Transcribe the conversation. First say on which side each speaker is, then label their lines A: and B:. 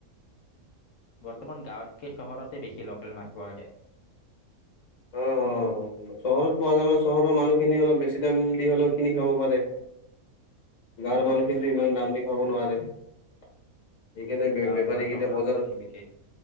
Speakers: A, on the left; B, on the left.
A: বৰ্তমান গাঁৱতকে চহৰতে বেছি লোকেল মাছ পোৱা যায়।
B: অঁ-অঁ! চহৰত পোৱা যায় মানে, চহৰৰ মানুহখিনিয়ে অলপ বেছি দাম দি হ'লেও কিনি খাব পাৰে। গাঁৱৰ
A: অ'।
B: মানুহখিনিয়েটো ইমান দাম দি খাব নোৱাৰে। এইকাৰণে
A: উম,
B: বেপ-বেপাৰীকেইটা
A: গাঁৱৰ পৰা চহৰত
B: বজাৰত
A: নি বিকে।